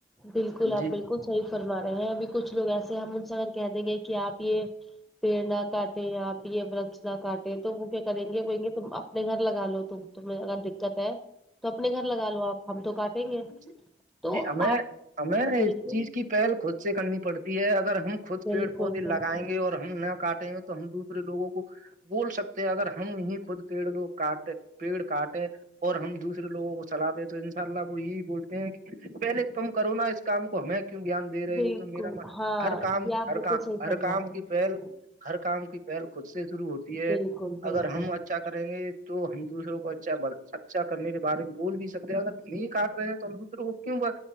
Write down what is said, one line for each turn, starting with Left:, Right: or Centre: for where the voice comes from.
Centre: بالکل آپ
Right: جی
Centre: بالکل صحیح فرما رہے ہیں ابھی کچھ لوگ ایسے ہم انسان کہہ دیں گے کہ آپ یہ پیڑ نہ کاٹے یا آپ یہ ورکش نہ کاٹے تو وہ کیا کریں گے بولیں گے تم اپنے گھر لگا لو تم تمہیں اگر دقت ہے تو اپنے گھر لگا لو آپ ہم تو کاٹیں گے
Right: جی
Centre: تو
Right: جی ہمیں
Centre: آپ
Right: ہمیں
Centre: بالکل
Right: اس چیز کی پہل خود سے کرنی پڑتی ہے اگر ہم خود پیڑ
Centre: بالکل
Right: پودے لگائیں
Centre: بالکل
Right: گے اور ہم نہ کاٹیں گے تو ہم دوسرے لوگوں کو بول سکتے ہیں اگر ہم ہی خود پیڑ لوگ کاٹے پیڑ کاٹے اور ہم دوسرے لوگوں کو صلاح دے تو انشاء اللہ وہ یہی بولتے ہیں کہ پہلے تم کرو نا اس کام کو ہمیں کیوں گیاں دے رہی
Centre: بالکل
Right: ہو تو میرا م
Centre: ہاں
Right: ہر کام
Centre: یہ آپ
Right: ہر
Centre: بالکل
Right: کا
Centre: صحیح
Right: ہر
Centre: فرما
Right: کام
Centre: رہے
Right: کی
Centre: ہیں
Right: پہل
Centre: جی
Right: ہر کام کی پہل خود سے شروع ہوتی ہے
Centre: بالکل بالکل
Right: اگر ہم ا چھا کریں گے تو ہم دوسروں کو اچھا اچھا کرنے کے بارے میں بول بھی سکتے اگر ن کاٹ رہے ہیں تو ہم دوسروں کو کیوں ب